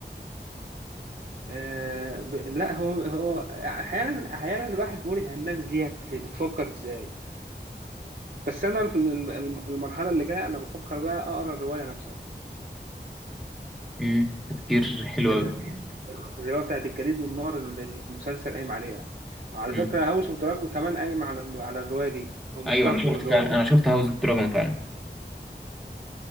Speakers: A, on the right (about 55°); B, in the centre.
A: آه ب- لا هو هو احيانا احيانا الواحد بيقول هي الناس ديت بتفكر ازاي بس انا في ال- الم- المرحله اللي جايه انا بفكر بقى اقرا الروايه نفسها
B: مم. تفكير حلو
A: ال-
B: أوي
A: الروايه بتاعت الجليد والنار اللي المسلسل قايم عليها على
B: مم.
A: فكره هاوس اوف دراجون كمان قايم على على الروايه دي او مشتق
B: أيوه أنا شفت
A: من الروايه
B: فعلا
A: دي
B: أنا شفت هاوس اوف دراجون فعلا